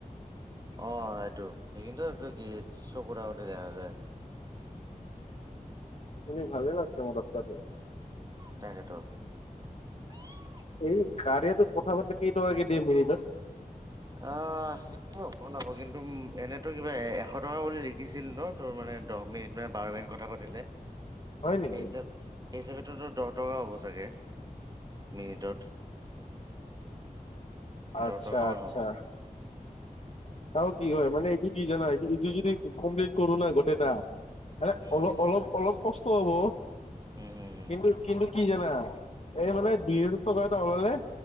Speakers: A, on the right; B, on the left.
A: অ সেইটো সেইখিনিটো কি চকুৰ আগতে দেখা যায়।
B: কিন্তু ভালে লাগিছে ৰাস্তাটো।
A: তাকে তু <unintelligible>
B: এই কাৰিয়াটো কথা পাতি কেইটকাকে দিয়ে মিনিটত ।
A: অ সেইটো হব নাপ কিন্তু এনেতো কিবা এ এশ টকা বুলি লিখিছিল ন তোৰ মানে। দহ মিনিট মানে বাৰ মিনিট কথা পাতিলে
B: হয় নেকি?
A: সেই হিচা সেই হিচাপে‌ দহ টকা হ'ব চাগে মিনিটত।
B: আচ্ছা
A: দহ টকা মান
B: আচ্ছা।
A: হ'ব
B: চাও কি হয় মানে এইটো কি জানা এইটো যদি কমপ্লিট কৰো নাই গোটেইটা ম
A: উম
B: অলপ অলপ অলপ কষ্ট হব
A: হম উম হম হম
B: ।কিন্তু
A: হম
B: কিন্তু কি জানা এই মানে বিছ টকা এটা হলে-